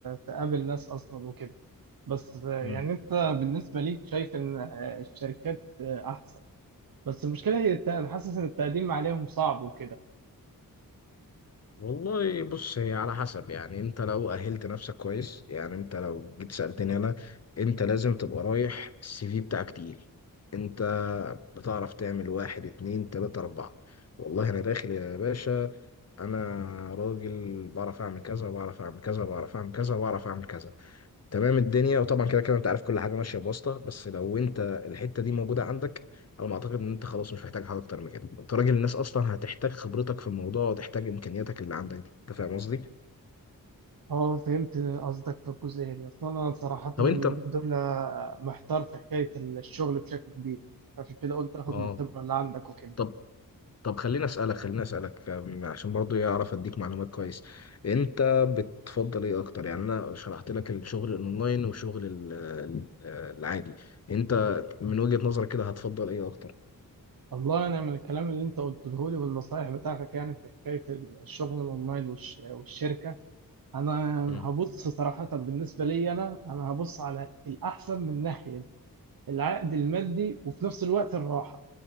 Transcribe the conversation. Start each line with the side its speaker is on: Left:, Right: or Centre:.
Right: تقابل ناس اصلا وكده بس يعني
Left: مم.
Right: انت بالنسبه ليك شايف ان الشركات احسن بس المشكله هي الت- انا حاسس ان التقديم عليهم صعب وكده
Left: والله بص هي على حسب يعني انت لو اهلت نفسك كويس يعني انت لو جيت سألتني انا انت لازم تبقى رايح السي في بتاعك تقيل انت بتعرف تعمل واحد اتنين تلاتة اربعة والله انا داخل يا باشا انا راجل بعرف اعمل كذا بعرف اعمل كذا بعرف اعمل كذا بعرف اعمل كذا تمام الدنيا وطبعا كده كده انت عارف كل حاجه ماشيه بواسطه بس لو انت الحته دي موجوده عندك انا ما اعتقد ان انت خلاص مش محتاج حاجه اكتر من كده انت راجل الناس اصلا هتحتاج خبرتك في الموضوع وتحتاج امكانياتك اللي عندك دي انت فاهم قصدي
Right: اه فهمت قصدك في الجزئية دي اصلا انا صراحة
Left: طب
Right: اليومين
Left: انت
Right: دول محتار في حكاية الشغل بشكل كبير عشان كده قلت اخد
Left: اه
Right: من الخبرة اللي عندك وكده
Left: طب طب خليني اسالك خليني اسالك أم، عشان برضو إيه، اعرف اديك معلومات كويس انت بتفضل ايه اكتر يعني انا شرحت لك الشغل الاونلاين وشغل ال- ال- العادي انت من وجهة نظرك كده هتفضل ايه اكتر
Right: والله انا من الكلام اللي انت قلته لي والنصايح بتاعتك يعني في حكايه الشغل الاونلاين والش- والشركه انا
Left: مم.
Right: هبص صراحه بالنسبه لي انا انا هبص على الاحسن من ناحيه العائد المادي وفي نفس الوقت الراحه